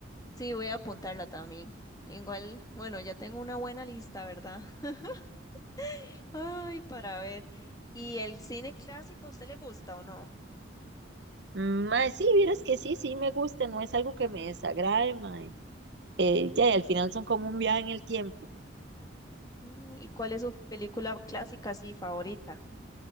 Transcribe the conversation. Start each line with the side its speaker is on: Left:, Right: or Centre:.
Left: Sí, voy a apuntarla también. Igual, bueno, ya tengo una buena lista, ¿verdad? <laughs> Ay, para ver. ¿Y el cine clásico, a usted le gusta o no?
Right: Mm, Mae, sí, vieras que sí, sí me gusta, no es algo que me desagrade, mae. Eh, ya, y al final son como un viaje en el tiempo.
Left: Mm, ¿Y cuál es su película clásica, sí, favorita?